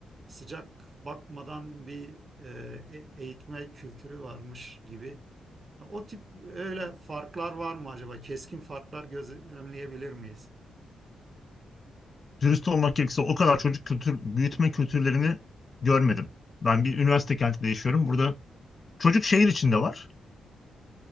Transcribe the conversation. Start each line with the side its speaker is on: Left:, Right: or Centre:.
Right: sıcak bakmadan bir e, e, eğitme kültürü varmış gibi. Ha, O tip öyle farklar var mı acaba? Keskin farklar gözlemleyebilir miyiz?
Left: dürüst olmak gerekirse o kadar çocuk kültür büyütme kültürlerini görmedim. Ben bir üniversite kentinde yaşıyorum. Burada çocuk şehir içinde var.